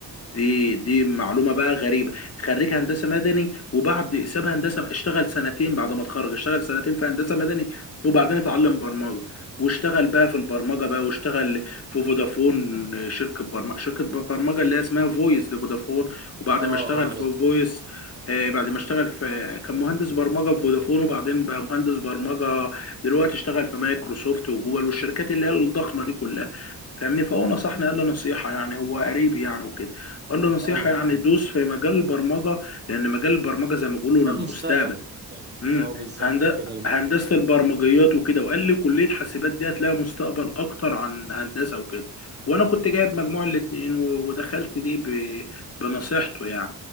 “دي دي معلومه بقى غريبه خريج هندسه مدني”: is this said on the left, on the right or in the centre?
Left